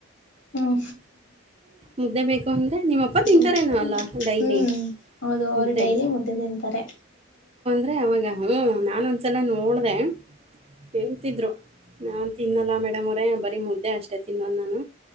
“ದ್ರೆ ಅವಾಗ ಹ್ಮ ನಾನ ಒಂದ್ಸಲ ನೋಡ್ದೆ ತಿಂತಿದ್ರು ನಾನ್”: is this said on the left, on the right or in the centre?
Right